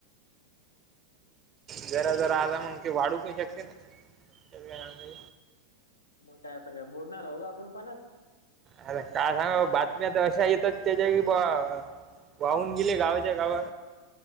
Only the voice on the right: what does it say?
जरा जरा आता मग ते वाढू पण शकते ना
ते काी
अर काय सांगा बातम्या तर अशा येतात त्याच्या कि बा वाहून गेले गावाच्या गाव